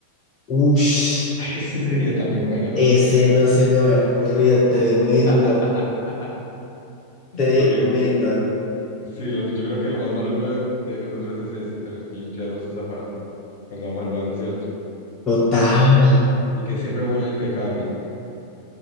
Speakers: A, on the left; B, on the left.
A: Ush,
B: <laughs> Ese sería también bueno, ¿no?
A: ese no se me había ocurrido. Tremendo,
B: <laughs>
A: tremendo.
B: Porque sí, lo- yo creo que lo más maluco de de nosotros es eso, tener que limpiarnos esa parte cuando vamos al baño, ¿cierto?
A: Total.
B: Y que siempre huela impecable.